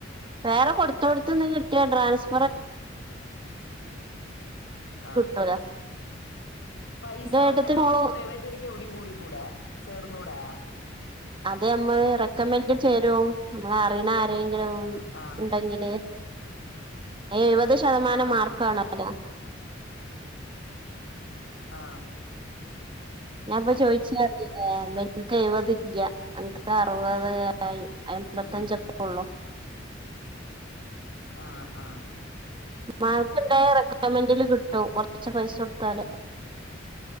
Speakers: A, on the right; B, on the left.
A: വേറെ കൊട് <unintelligible> ന്ന് കിട്ടിയ ട്രാൻസ്
B: ആ
A: കിട്ടൂല
B: പൈസ
A: എന്റെ
B: കൊടുത്ത്
A: ഏട്ടത്തിന്റെ
B: നമുക്ക്
A: മോള്
B: പ്രൈവറ്റ് ആയിട്ട് എവിടയും കൂടി കൂടേ ചേർന്നൂടേ
A: അതെ അമ്മ റെക്കമെന്ഡ് ചേരും അറിയണ ആരെങ്കിലും
B: ആഹ്
A: ഉണ്ടെങ്കില് അ എഴുപത് ശതമാനം
B: ആഹ്
A: മാർക്ക് വേ ണല്ലോ
B: ആ
A: ഞാൻ പ്പൊ ചോയിച്ച ഏനിക്ക് എഴുപതില്ല എനക്ക് അറുപത് അയ്മ്പത്തഞ്ചൊക്കെ
B: ഉം
A: ഉള്ളൂ
B: ആഹ ആഹ
A: മാർക്ക് ഇണ്ടായ റെക്കമെന്റില് കിട്ടും കൊ ർച്ച് പൈസ കൊടുത്താല്